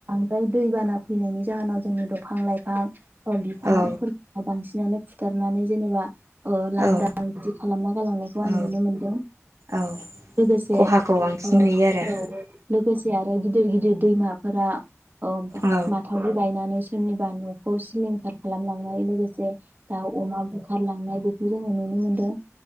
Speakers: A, on the right; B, on the right.
A: द्राय दैबाना फैनायनि जाहोनाव जोंनि दंफां-लाइफां बिफांफोरखौ
B: औ
A: बांसिन नै फुथारनानै जेनेबा ओ लांदां
B: औ
A: बिदि खालामना गालांनायखौ आं
B: औ
A: नुनो मोनदों
B: औ
A: लोगोसे
B: खहाखौ बांसिन
A: ओ
B: नुयो आरो
A: औ लोगोसे आरो बे गिदिर गिदिर दैमाफोरा अ
B: औ
A: माथावरि बायनानै सोरनिबा न'खौ सिलिंखार खालामलांनाय लोगोसे दाउ अमा बुखारलांनाय बेखौ जोङो नुनो मोनदों।